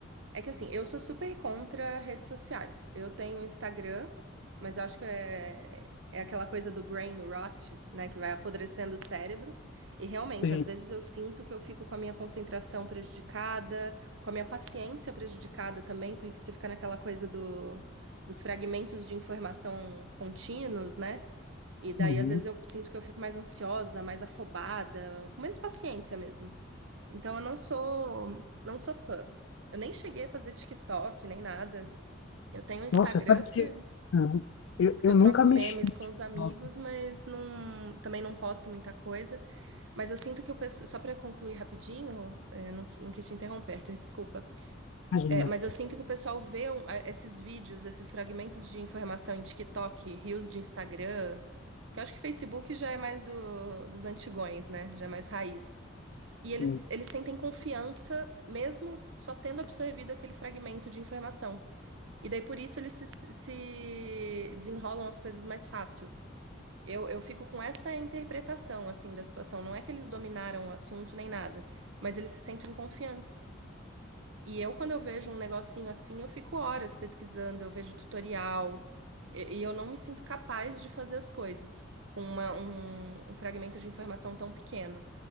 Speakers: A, on the right; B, on the left.
A: É que assim, eu sou super contra redes sociais. Eu tenho Instagram, mas acho que é, é aquela coisa do brain rot, né, que vai apodrecendo o cérebro. E realmente,
B: sim.
A: às vezes eu sinto que eu fico com a minha concentração prejudicada, com a minha paciência prejudicada também, porque você fica naquela coisa do, dos fragmentos de informação contínuos, né? E daí,
B: Uhum.
A: às vezes, eu sinto que eu fico mais ansiosa, mais afobada, com menos paciência mesmo. Então eu não sou, não sou fã. Eu nem cheguei a fazer TikTok nem nada. Eu tenho um Instagram
B: Nossa, sabe
A: porque,
B: que uhum. Eu,
A: porque
B: eu
A: eu
B: nunca
A: troco
B: mexi.
A: memes com os amigos,
B: Nossa,
A: mas não, também não posto muita coisa. Mas eu sinto que o pessoal, só para concluir rapidinho, eh, não, qui- não quis te interromper, Arthur, desculpa.
B: imagina.
A: Eh, mas eu sinto que o pessoal vê um- a- esses vídeos, esses fragmentos de informação em TikTok, reels de Instagram, que eu acho que Facebook já é mais do, dos antigões, né? Já é mais raiz. E eles,
B: Sim.
A: eles sentem confiança mesmo só tendo absorvido aquele fragmento de informação. E daí por isso eles se, se desenrolam as coisas mais fácil. Eu, eu fico com essa interpretação assim da situação. Não é que eles dominaram o assunto nem nada, mas eles se sentem confiantes. E eu, quando eu vejo um negocinho assim, eu fico horas pesquisando, eu vejo tutorial, e, e eu não me sinto capaz de fazer as coisas com uma, um um fragmento de informação tão pequeno.